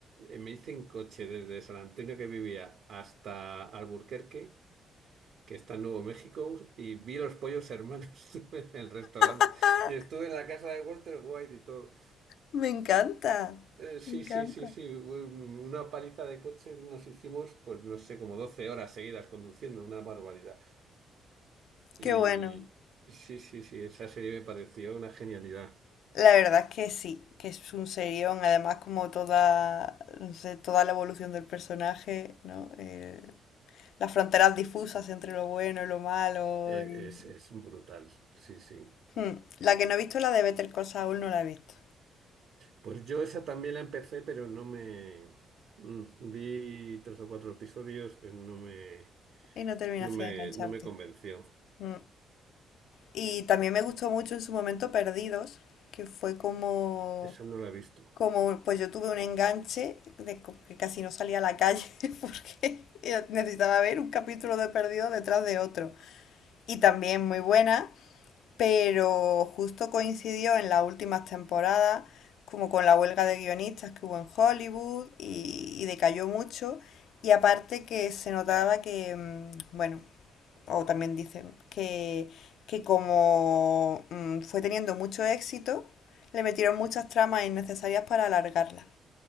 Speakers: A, on the right; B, on the left.
A: eh, me hice en coche desde San Antonio que vivía hasta Alburquerque, que está en Nuevo México, y vi los pollos hermanos <laughs> en el restaurante.
B: ¡Ah!
A: Y estuve en la casa de Walter White y todo.
B: Me encanta.
A: Eh, sí,
B: Me encanta.
A: sí, sí, sí. Una paliza de coche nos hicimos, pues no sé, como 12 horas seguidas conduciendo, una barbaridad. Y
B: Qué bueno.
A: sí, sí, sí, esa serie me pareció una genialidad.
B: La verdad es que sí, que es un serión. Además, como toda, no sé, toda la evolución del personaje, ¿no? Eh, las fronteras difusas entre lo bueno y lo malo.
A: Eh,
B: y-
A: es, es brutal, sí, sí.
B: Hmm. La que no he visto, la de Better Call Saul, no la he visto.
A: Pues yo esa también la empecé, pero no me... mm, Vi tres o cuatro episodios, pero no me,
B: Y no terminaste
A: no me,
B: de engancharte.
A: no me convenció.
B: Mm. Y también me gustó mucho en su momento Perdidos, que fue como
A: Esa no la he visto.
B: como pues yo tuve un enganche de co- que casi no salía a la calle <laughs> porque necesitaba ver un capítulo de Perdido detrás de otro. Y también muy buena, pero justo coincidió en las últimas temporadas como con la huelga de guionistas que hubo en Hollywood y, y decayó mucho. Y aparte que se notaba que, mm, bueno, o también dicen que, que como mm, fue teniendo mucho éxito, le metieron muchas tramas innecesarias para alargarla.